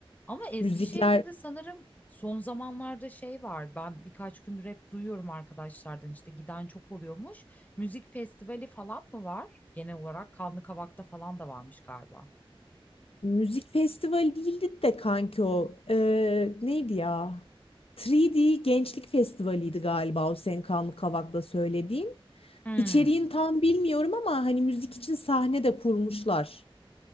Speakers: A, on the left; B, on the left.
A: Ama Eskişehir'de
B: Müzikler
A: de sanırım son zamanlarda şey var. Ben birkaç gündür hep duyuyorum arkadaşlardan işte giden çok oluyormuş. Müzik festivali falan mı var? Genel olarak Kanlı Kavak'ta falan da varmış galiba.
B: müzik festivali değildi de kanki o. Ee, neydi ya? 3D Gençlik Festivali'ydi galiba o senin Kanlı Kavak'ta söylediğin.
A: Hmm.
B: İçeriğini tam bilmiyorum ama hani müzik için sahne de kurmuşlar.